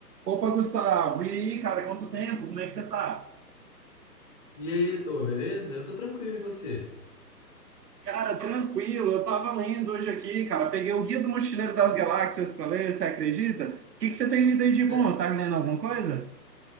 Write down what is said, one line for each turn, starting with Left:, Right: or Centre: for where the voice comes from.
Right: Opa, Gustavo, e aí, cara, quanto tempo? Como é que você tá?
Left: E aí, Heitor, beleza? Eu tô tranquilo, e você?
Right: Cara, tranquilo, eu tava lendo hoje aqui, cara, peguei o Guia do Mochileiro das Galáxias pra ler, você acredita? O que que você tem lido aí de bom?
Left: É.
Right: Tá lendo alguma coisa?